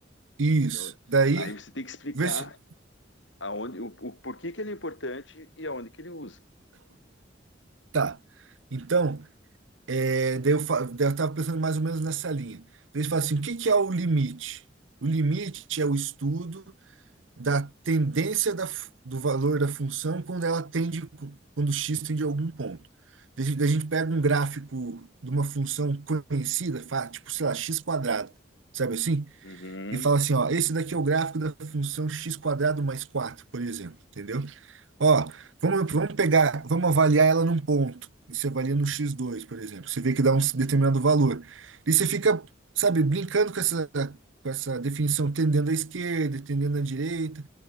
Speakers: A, on the right; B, on the left.
A: Isso.
B: Então,
A: Daí,
B: aí você tem que explicar
A: vê se.
B: aonde, o, o porquê que ele é importante e aonde que ele usa.
A: Tá. Então, é, daí eu, fa- daí eu estava pensando mais ou menos nessa linha. Daí você fala assim: o que que é o limite? O limite é o estudo da tendência da, fu- do valor da função quando ela tende, quando x tende a algum ponto. Daí A gente daí a gente pega um gráfico de uma função conhecida, fa- tipo, sei lá, x quadrado, sabe assim?
B: Uhum.
A: E fala assim, ó, esse daqui é o gráfico da função x quadrado mais 4, por exemplo, entendeu? Ó, vamos, vamos pegar, vamos avaliar ela num ponto. E você avalia no x dois, por exemplo. Você vê que dá um determinado valor. E você fica, sabe, brincando com essa, com essa definição, tendendo à esquerda, tendendo à direita.